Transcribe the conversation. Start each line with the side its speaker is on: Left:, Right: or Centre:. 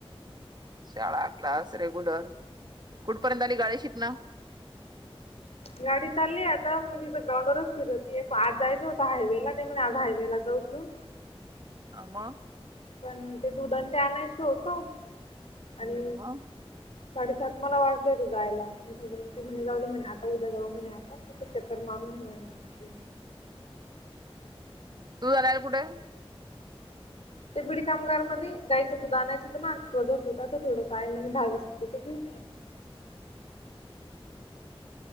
Right: शाळा क्लास रेग्युलर कुठपर्यंत आली गाडी शिकणं.
Left: गाडी चालली आहे आता मी तिथ ग्राउंडरच फिरत होती पा आज जायचं होतं हायवे लाला ते म आज हायवे ला जाऊन घेऊन.
Right: आ मग.
Left: पण ते दुधन ते आणायचं होतं.
Right: मग
Left: आणि साडेसात मला वाज ''--'' घरी जायला थ ते म्ह जाऊ म्हणे आता उद्या जाऊ म्हणे आप ''--'' चल इथ चक्कर मारून यु यात.
Right: तू जाणार कुठे.
Left: ते बीड कामगार मध्ये गायचं दूध आणायचं होतं ना प्रदोष होता तर थडं साय म दहावीस रुपयाेचं.
Right: <inaudible>